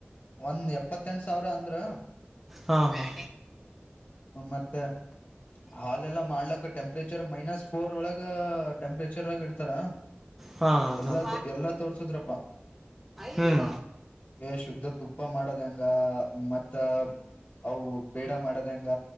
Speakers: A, on the left (about 50°); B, in the centre.
A: ಒಂದ್ ಎಪ್ಪತ್ತೆಂಟು ಸಾವಿರ ಅಂದ್ರೂ
B: ಹಾ ಹಾ
A: ಮತ್ತೆ ಹಾಲೆಲ್ಲಾ ಮಾಡ್ಲಕ್ಕ ಟೆಂಪ್ರೇಚರ್ ಮೈನಸ್ ಫೋರ್ ಒಳಗ ಟೆಂಪ್ರೇಚರ್ ಗ ಇಡ್ತಾರ
B: ಹಾಂ ಹಾಂ
A: ಎಲ್ಲಾ
B: ಹಾಂ
A: ತೊ ಎಲ್ಲಾ ತೋರ್ಸದ್ರಪ್ಪ
B: ಹ್ಮ್
A: ಏ ಶುದ್ಧ ತುಪ್ಪ ಮಾಡೋದ್ ಹೆಂಗ ಮತ್ತೆ ಅವು ಪೇಡ ಮಾಡೋದ್ ಹೆಂಗ